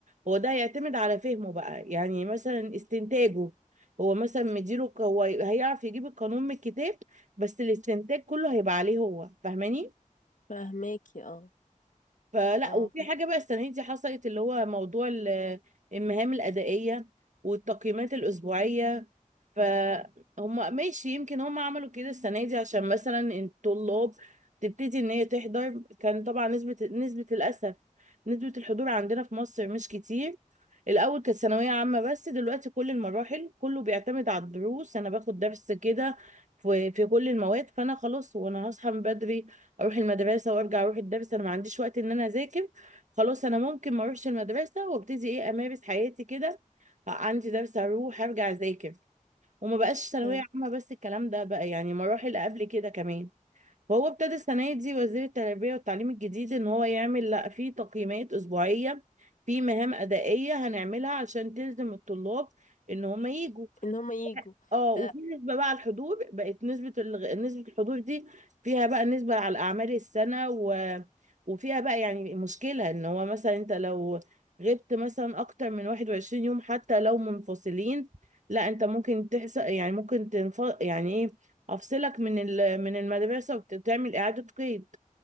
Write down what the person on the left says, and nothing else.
فاهماكي اه
اه
فاهم
ان هما يجوا
ده